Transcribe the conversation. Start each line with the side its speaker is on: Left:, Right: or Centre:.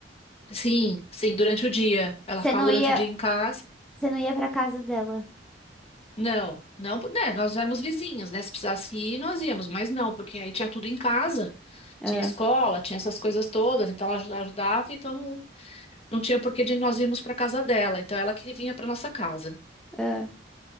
Left: Sim, sim, durante o dia. Ela
Centre: Você
Left: ficava
Centre: não
Left: durante
Centre: ia,
Left: o dia em casa.
Centre: você não ia pra casa dela.
Left: Não, não, né, nós éramos vizinhos, né? Se precisasse ir, nós íamos, mas não, porque aí tinha tudo em casa.
Centre: Ah,
Left: tinha escola, tinha essas coisas todas, então ela aju- ajudava, então não, não tinha porquê de nós irmos para casa dela, então ela que vinha para nossa casa.
Centre: ah,